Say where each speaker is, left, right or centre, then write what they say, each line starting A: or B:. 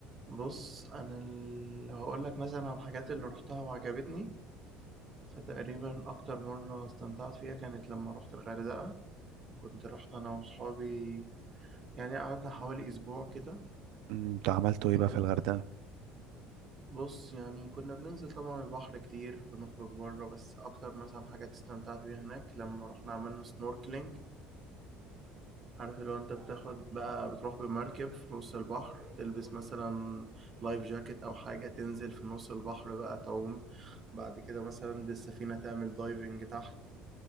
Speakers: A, on the right; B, on the right.
A: بص أنا ال- لو هقول لك مثلا عن الحاجات اللي روحتها وعجبتني فتقريبا أكتر مرة استمتعت فيها كانت لما روحت الغردقة كنت رحت أنا وصحابي يعني قعدنا حوالي أسبوع كده
B: أمم، انتوا عملتوا ايه
A: كانت-
B: بقى في الغردقه
A: بص يعني كنا بننزل طبعا البحر كتير بنخرج بره بس أكتر مثلا حاجات استمتعت بيها هناك لما رحنا عملنا سنوركلينج عارف اللي هو انت بتاخد بقى بتروح بمركب في نص البحر تلبس مثلا لايف جاكيت او حاجة تنزل في نص البحر بقى تعوم بعد كده مثلا بالسفينة تعمل دايفنج تحت